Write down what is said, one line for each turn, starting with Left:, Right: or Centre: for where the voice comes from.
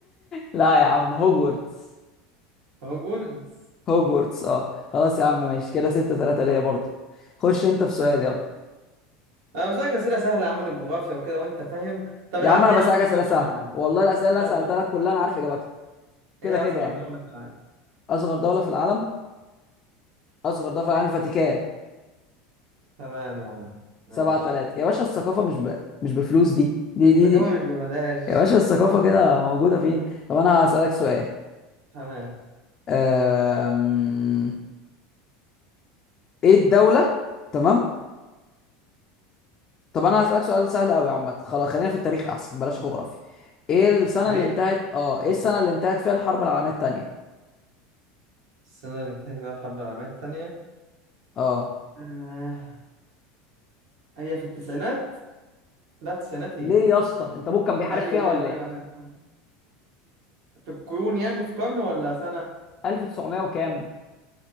Left: لا يا عم هوجورتس
Right: هوجوردز
Left: هوجورتس اه خلاص يا عم ماشي كده ستة ثلاثة
Right: خلاص
Left: ليا برضه خش انت في سؤال
Right: تمام
Left: يلا
Right: انا بسألك اسئله سهله يا عم عن الجغرافيا وكده وانت فاهم طب
Left: يا
Right: يا
Left: عم
Right: عم
Left: انا
Right: ايه
Left: بسألك
Right: اصغر
Left: اسئله
Right: دوله
Left: سهله
Right: في العالم
Left: والله الاسئله اللي
Right: ايه
Left: انا سالتها
Right: اصغر
Left: لك كلها انا عارف اجابتها كده
Right: ايه
Left: كده
Right: اصغر
Left: يعني
Right: دوله في العالم
Left: اصغر دوله في العالم اصغر دوله في العالم الفاتيكان
Right: تمام يا عم ماشي
Left: سبعة ثلاثة يا باشا الثقافه مش ب... مش بفلوس دي دي
Right: الثقافه
Left: دي دي
Right: مش ببلاش
Left: يا باشا الثقافة كده موجودة فينا طب أنا هسألك سؤال
Right: <laughs> تمام
Left: أم... إيه الدولة تمام طب أنا هسألك سؤال سهل أوي عامة خلاص خلينا في التاريخ أحسن بلاش جغرافيا إيه السنة
Right: تاريخ
Left: اللي انتهت أه إيه
Right: ماشي
Left: السنة اللي انتهت فيها الحرب العالمية التانية
Right: السنه اللي انتهت فيها الحرب العالميه التانيه
Left: أه
Right: آه، هي في التسعينات لا التسعينات ايه
Left: ليه يا اسطى أنت أبوك كان بيحارب
Right: ايوه
Left: فيها ولا
Right: ايوه
Left: إيه
Right: ايوه ايوه في القرون يعني في قرن ولا سنه
Left: 1900 وكام